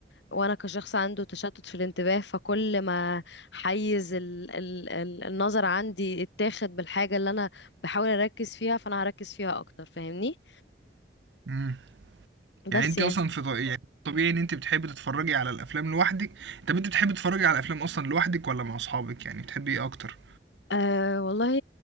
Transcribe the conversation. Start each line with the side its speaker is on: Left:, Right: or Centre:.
Left: وانا كشخص عنده تشتت في الانتباه فكل ما حيز ال ال ال النظر عندي اتاخد بالحاجة اللي انا بحاول اركز فيها فانا هركز فيها اكتر فاهمني
Right: إمم.
Left: بس
Right: يعني أنتِ
Left: يعني
Right: أصلًا في ط يعني طبيعي إن أنتِ بتحبي تتفرّجي على الأفلام لوحدِك. طَب أنتِ بتحبي تتفرّجي على الأفلام أصلًا لوحدِك والّا مع أصحابِك، يعني بتحبي إيه أكتر؟
Left: أه والله